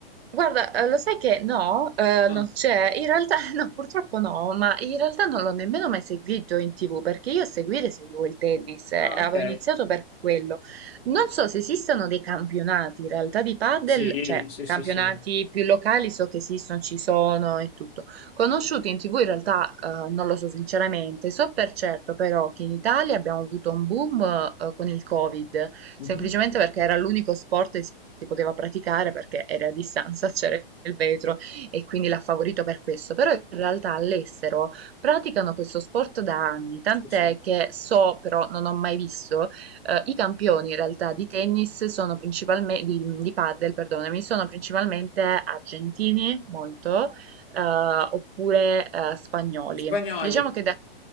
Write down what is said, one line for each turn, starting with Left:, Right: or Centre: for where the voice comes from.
Right: Guarda, eh, lo sai che no, eh,
Left: Ah,
Right: non c'è, in realtà <laughs> no, purtroppo no, ma in realtà non l'ho nemmeno mai seguito in TV perché io a seguire seguivo il tennis, eh,
Left: ah,
Right: avevo
Left: ok.
Right: iniziato per quello. Non so se esistano dei campionati in realtà di padel,
Left: Sì,
Right: cioè
Left: sì,
Right: campionati
Left: sì, sì.
Right: più locali, so che esistono, ci sono e tutto, Conosciuti in TV in realtà eh, non lo so sinceramente, so per certo però che in Italia abbiamo avuto un boom eh, con il Covid,
Left: Mhm,
Right: semplicemente perché era l'unico sport che si si poteva praticare perché era a distanza, <laughs> c'era il vetro e quindi l'ha favorito per questo. Però in realtà all'estero praticano questo sport da anni, tant'è
Left: sì, sì.
Right: che so, però non ho mai visto, eh, i campioni in realtà di tennis sono principalmente, di, di padel, perdonami, sono principalmente argentini, molto, eh, oppure eh, spagnoli.
Left: Spagnoli,
Right: Diciamo che da...